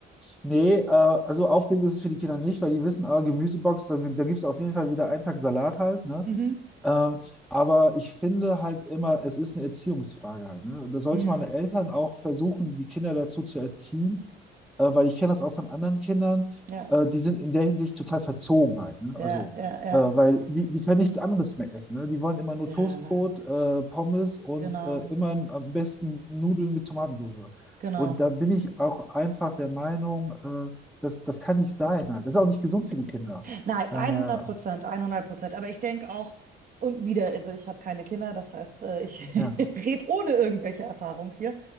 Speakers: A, in the centre; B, on the right.
A: Nee, äh, also aufregend ist es für die Kinder nicht, weil die wissen, ah, Gemüsebox, da, da gibt es auf jeden Fall wieder einen Tag Salat halt, ne?
B: Mhm.
A: Äh, aber ich finde halt immer, es ist eine Erziehungsfrage halt, ne? Da sollte
B: Mhm.
A: man Eltern auch versuchen, die Kinder dazu zu erziehen, äh, weil ich kenne das auch von anderen Kindern,
B: Ja,
A: äh, die sind in der Hinsicht total verzogen halt, ne?
B: ja,
A: Also,
B: ja, ja.
A: äh, weil die, die können nichts anderes mehr essen, ne? Die wollen immer nur
B: Ja,
A: Toastbrot, äh, Pommes und
B: genau,
A: äh, immer am besten Nudeln mit Tomatensauce.
B: genau.
A: Und da bin ich auch einfach der Meinung, äh, das, das kann nicht sein halt. Das ist auch nicht gesund für die Kinder.
B: Nein,
A: Daher,
B: 100 Prozent, 100 Prozent. Aber ich denke auch, und wieder, also ich habe keine Kinder, das heißt, äh, ich
A: ja.
B: <laughs> rede ohne irgendwelche Erfahrung hier.